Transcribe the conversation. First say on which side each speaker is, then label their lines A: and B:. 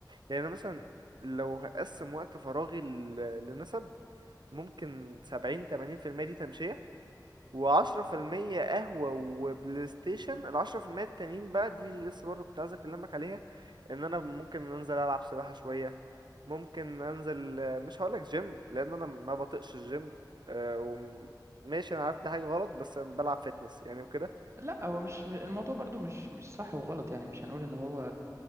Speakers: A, on the right; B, on the right.
A: يعني انا مثلا لو هقسم وقت فراغي ل- لنسب ممكن سبعين تمانين في المية دي تمشية وعشرة في المية قهوة وبلاي ستيشن العشرة في المية التانيين بقى دي اللي لسه برضه كنت عايز أكلمك عليها إن أنا ممكن أنزل ألعب سباحة شوية ممكن أنزل آه، مش هقولك جيم لأن أنا ما بطيقش الجيم آه، وم- ماشي أنا عارف دي حاجة غلط بس أنا بلعب فيتنس يعني وكده
B: لا هو مش م- الموضوع برضو مش مش صح وغلط يعني مش هنقول ان هو